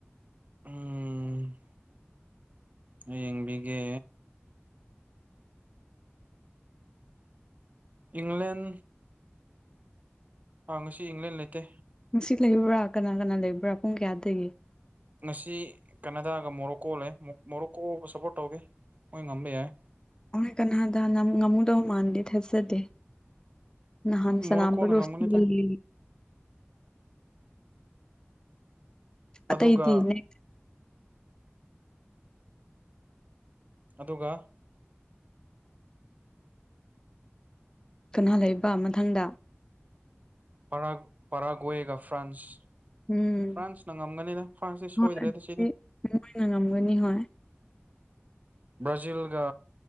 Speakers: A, on the right; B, on the left.
A: ꯎꯝ ꯑꯩ ꯌꯦꯡꯕꯤꯒꯦ ꯏꯪꯂꯦꯟ ꯑ ꯉꯁꯤ ꯏꯪꯂꯦꯟ ꯂꯩꯇꯦ
B: ꯉꯁꯤ ꯂꯩꯕ꯭ꯔꯥ ꯀꯅꯥ ꯀꯅꯥ ꯂꯩꯕ꯭ꯔꯥ ꯄꯨꯡ ꯀꯌꯥꯗꯒꯤ
A: ꯉꯁꯤ ꯀꯅꯥꯗꯥꯒ ꯃꯣꯔꯣꯀꯣ ꯂꯩ ꯃꯣꯔꯣꯛꯀꯣꯒ ꯁꯞꯄꯣꯔꯠ ꯇꯧꯒꯦ ꯃꯣꯏ ꯉꯝꯕ ꯌꯥꯏ
B: ꯑꯣꯏ ꯀꯥꯅꯥꯗꯥꯅ ꯉꯝꯗꯧ ꯃꯥꯟꯗꯦ ꯊꯥꯖꯗꯦ ꯅꯍꯥꯟ
A: ꯃꯣꯔꯣꯀꯣꯅ
B: ꯁꯅꯥꯝꯕ ꯔꯣꯁꯅꯤ
A: ꯉꯝꯒꯅꯤꯗ
B: ꯍꯣꯏꯒꯤ ꯑꯇꯩꯗꯤ
A: ꯑꯗꯨꯒ
B: ꯃꯦꯛ
A: ꯑꯗꯨꯒ
B: ꯀꯅꯥ ꯂꯩꯕ ꯃꯊꯪꯗ
A: ꯄꯔꯥ ꯄꯔꯥꯒꯣꯌꯦꯒ ꯐ꯭ꯔꯥꯟꯁ
B: ꯎꯝ
A: ꯐ꯭ꯔꯥꯟꯁꯅ ꯉꯝꯒꯅꯤꯗ ꯐ꯭ꯔꯥꯟꯁꯇꯤ ꯁꯣꯏꯗ꯭ꯔꯦꯗ
B: ꯍꯣꯏ ꯑꯗꯨꯗꯤ
A: ꯁꯤꯗꯤ
B: ꯃꯣꯏꯅ ꯉꯝꯒꯅꯤ ꯍꯣꯏ
A: ꯕ꯭ꯔꯥꯖꯤꯜꯒ